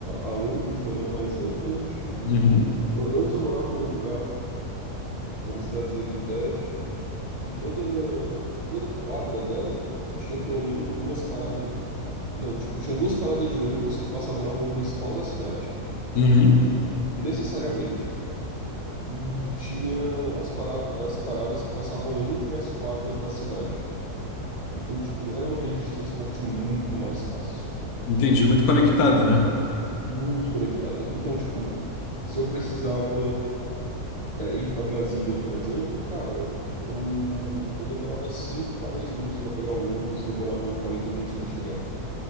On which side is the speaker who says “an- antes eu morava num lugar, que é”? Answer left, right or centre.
Right